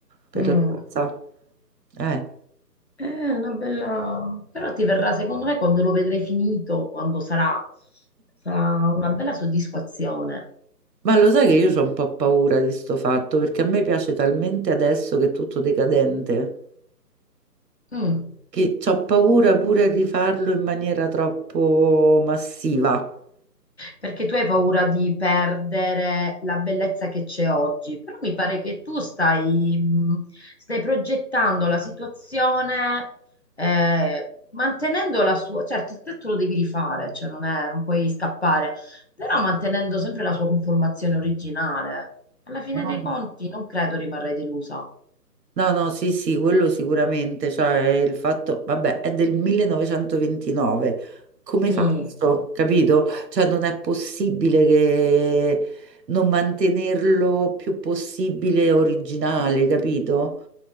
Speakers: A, on the right (about 75°); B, on the left (about 45°).
A: Per
B: Mm.
A: la casa. Eh.
B: È una bella... Però ti verrà, secondo me, quando lo vedrai finito, quando sarà, sarà una bella soddisfazione.
A: Ma lo sai che io ho un po' paura di sto fatto, perché a me piace talmente adesso che è tutto decadente,
B: Mm.
A: che ho paura pure a rifarlo in maniera troppo massiva.
B: Perché tu hai paura di perdere la bellezza che c'è oggi, però mi pare che tu stai, mh, stai progettando la situazione, eh, mantenendo la sua, certo, il tetto lo devi rifare, cioè non è- non puoi scappare, però mantenendo sempre la sua conformazione originale. Alla fine
A: No?
B: dei conti non credo rimarrai delusa.
A: No, no, sì, sì, quello sicuramente, cioè il fatto, vabbè, è del 1929, come
B: Mi,
A: faccio, capito? Cioè non è possibile che non mantenerlo più possibile originale, capito?